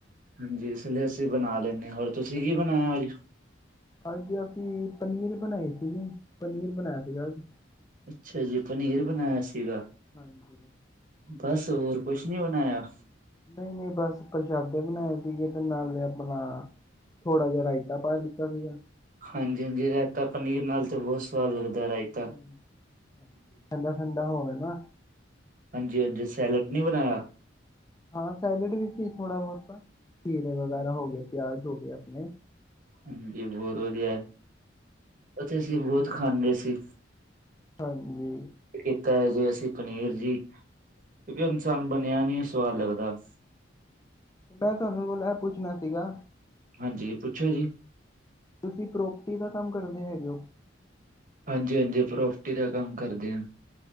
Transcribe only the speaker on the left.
ਅੱਜ ਅਸੀਂ ਪਨੀਰ ਬਣਾਈ ਸੀਗੀ, ਪਨੀਰ ਬਣਾਇਆ ਸੀਗਾ ਅੱਜ।
ਹਾਂਜੀ।
ਨਹੀਂ ਨਹੀਂ ਬਸ ਪ੍ਰਸ਼ਾਦੇ ਬਣਾਏ ਸੀਗੇ ਤੇ ਨਾਲ ਲਿਆ ਬਲਾ ਥੋੜਾ ਜਿਹਾ ਰਾਇਤਾ ਪਾ ਲਿੱਤਾ ਸੀਗਾ।
ਹਾਂਜੀ ਠੰਡਾ- ਠੰਡਾ ਹੋਵੇ ਨਾ।
ਹਾਂ ਸੈਲਡ ਵੀ ਸੀ ਥੋੜ੍ਹਾ ਬਹੁਤਾ ਖਿਰੇ ਵਗੈਰਾ ਹੋ ਗਏ, ਪਿਆਜ ਹੋ ਗਏ ਆਪਣੇ।
ਹਾਂਜੀ
ਮੈਂ ਤੁਹਾਨੂੰ ਕੋਲ ਇਹ ਪੁੱਛਣਾ ਸੀਗਾ
ਤੁਸੀਂ ਪ੍ਰੋਪਰਟੀ ਦਾ ਕੰਮ ਕਰਦੇ ਹੈਗੇ ਹੋ?